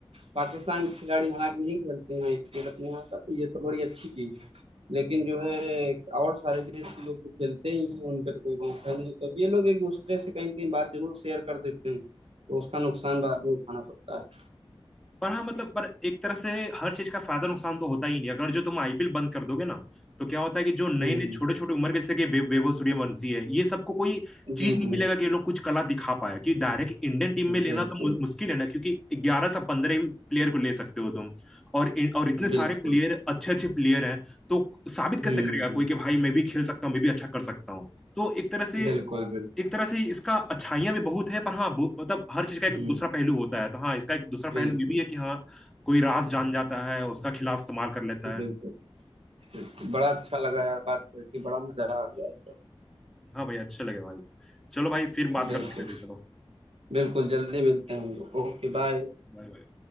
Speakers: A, on the right; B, in the centre.
A: पाकिस्तान के खिलाड़ी हालांकि नहीं खेलते हैं आईपीएल अपने यहाँ का तो ये तो बड़ी अच्छी चीज है लेकिन जो है और सारे देश के लोग तो खेलते ही हैं उनका तो कोई मौका नहीं तो अब ये लोग एक दूसरे से कहीं ना कहीं बात जरूर शेयर कर देते हैं तो उसका नुकसान बाद में उठाना पड़ता है
B: पर हाँ मतलब पर एक तरह से हर चीज का फायदा नुकसान तो होता ही नहीं अगर जो तुम आईपीएल बंद कर दोगे ना तो क्या होता है कि जो नए
A: हम्म
B: नए
A: हम्म
B: छोटे छोटे उम्र के जैसे कि वै- वैभव सूर्यवंशी है ये सबको कोई
A: जी,
B: चीज
A: जी।
B: नहीं मिलेगा कि ये लोग कुछ कला दिखा पाए कि डायरेक्ट इंडियन टीम में लेना
A: बिल्कुल,
B: तो मु- मुश्किल है ना क्योंकि ग्यारह से पंद्रह प्लेयर को ले सकते हो तुम और इन- और इतने सारे
A: बिल्कुल।
B: प्लेयर अच्छे अच्छे प्लेयर हैं तो साबित
A: हुँ,
B: कैसे करेगा कोई कि भाई मैं भी खेल सकता हूँ मैं भी अच्छा कर सकता हूँ तो एक तरह से
A: बिल्कुल, बिल्कुल।
B: एक तरह से इसका अच्छाइयां भी बहुत है पर हाँ बु- मतलब हर चीज का एक
A: हुँ,
B: दूसरा पहलू होता है तो हाँ इसका एक दूसरा
A: बिल्कुल,
B: पहलू ये भी है कि हाँ कोई राज जान जाता है और उसका खिलाफ इस्तेमाल कर लेता है
A: बिल्कुल, बिल्कुल। बड़ा अच्छा लगा यार बात करके, बड़ा मज़ा आ गया एकदम।
B: हाँ भाई अच्छे लगे भाई चलो भाई फिर बात
A: बिल्कुल,
B: करते हैं कभी चलो
A: बिल्कुल जल्दी मिलते हैं हम लोग। Okay,
B: चलो,
A: bye.
B: बाय बाय